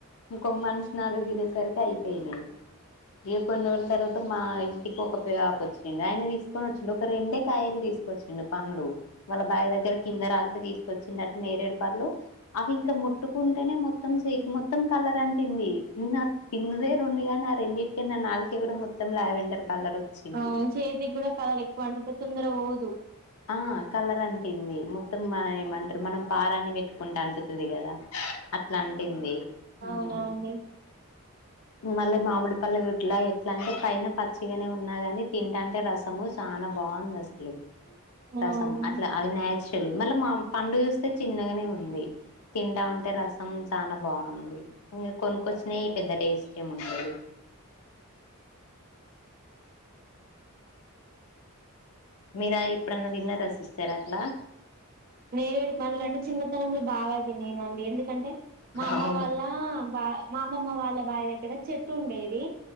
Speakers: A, on the left; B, on the right.
A: ఇంకొ మనిషి నాలుగు తిరేసరికి అయిపోయినాయీ ఈంక కొన్ని రోజుల తర్వాత మా ఇంటికి ఒక పెదబాపు వచ్చిండా ఆయన తీసుకొని వచిండు ఒక రెండే కాయలు తీసుకొచ్చిండు పండ్లు వాళ్ళ బాయి దగ్గర కిందరాలితే తీసుకొచ్చిందిట నేరేడు పళ్లు అవి ఇట్ల ముట్టుకుంటేనే మోత్ మొత్తం చేయి కి మొత్తం కలర్ అంటింది నాకూ తిన్నదే రెండుగానీ నా రెండింటికన నాలుకే కూడా మొత్ తం లావెండర్ కలర్ వచ్చింది
B: అవు చేతికి కూడ కలర్ ఎక్కువ అంటతే తొందర పొదు
A: ఆ కలర్ అంటింది మొత్తం మన ఏమంటారు మనం పారానీ పెట్టుకుంటే అంటుతది కద అట్ల అంటింది హ్మ్
B: అవునా అండి
A: మళ్ళీ మామిడి పళ్ళు గుట్లా ఎట్లా అంటే పైన పచ్చిగనే ఉన్నాగా తింట అంటే రసము చాలా బాగుంది అసలు
B: అవును
A: రసం అట్లా అది నే నాచురల్ మళ్ళ పండు చూస్తే చిన్నగనే ఉంది తింటా ఉంటే రసం చాలా బాగుంది ఇంగ కొను కొచ్చినయి పెద్ద టేస్ట్ ఏం ఉండదూ మీరా ఎప్పుడన్న తిన్నార సిస్టర్ అట్లా
B: నేరెడు పండ్లు అంటే చిన్నతనంలో బాగ తినేనండి ఎందు కంటే మా అమ్మ
A: అవును
B: వాళ్ళ బా మా అమ్మమ్మ వాళ్ళ బాయి దగ్గర చెట్టు ఉండేది